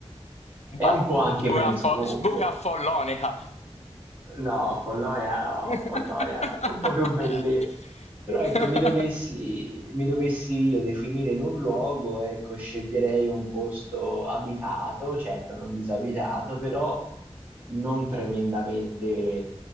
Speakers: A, on the right; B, on the left.
A: è
B: ah.
A: un po' anche
B: Sburafo-
A: mezzo,
B: sburaffollonica.
A: No, Follonia no,
B: <laughs>
A: Follonia no, un po' più belli. Però ecco, mi dovessi, mi dovessi io definire in un luogo, ecco, sceglierei un posto abitato, certo non disabitato, però non tremendamente